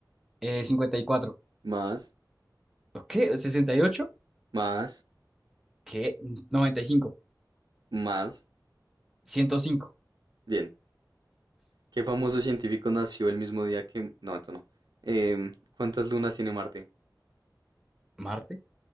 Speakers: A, in the centre; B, on the right (about 75°).
A: Eh, cincuenta y cuatro
B: más,
A: ¿Qué? sesenta y ocho
B: más,
A: ¿Qué? noventa y cinco
B: más.
A: ciento cinco
B: Bien. ¿Qué famoso científico nació el mismo día que... No, esto no. Em, ¿cuántas lunas tiene Marte?
A: Marte,